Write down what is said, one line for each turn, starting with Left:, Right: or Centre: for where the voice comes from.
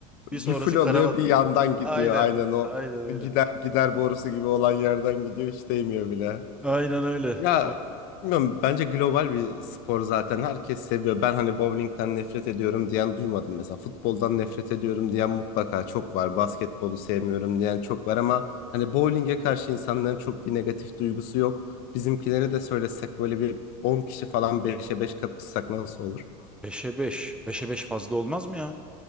Centre: Bir
Left: Bir
Centre: sonrası
Left: full oluyor
Centre: karavan.
Left: bir yandan gidiyor.
Centre: Aynen.
Left: Aynen o
Centre: Aynen öyle.
Left: gider gider borusu gibi olan yerden gidiyor. Hiç değmiyor bile.
Centre: Aynen öyle.
Left: Ya
Centre: Of.
Left: bilmiyorum bence global bir spor zaten herkes seviyor. Ben hani bowlingden nefret ediyorum diyen duymadım mesela. Futboldan nefret ediyorum diyen mutlaka çok var. Basketbolu sevmiyorum diyen çok var ama hani bowlinge karşı insanların çok bir negatif duygusu yok. Bizimkilere de söylesek böyle bir 10 kişi falan 5'e 5 kapışsak nasıl olur?
Centre: 5'e 5. 5'e 5 fazla olmaz mı ya?